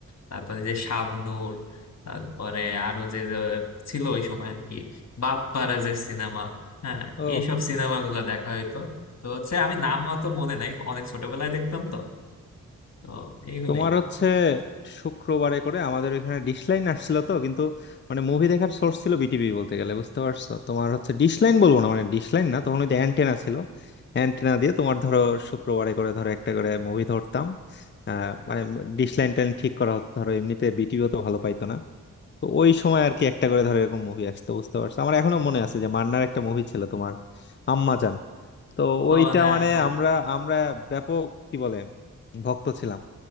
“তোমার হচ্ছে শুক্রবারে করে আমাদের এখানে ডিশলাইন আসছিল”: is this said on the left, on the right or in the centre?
Left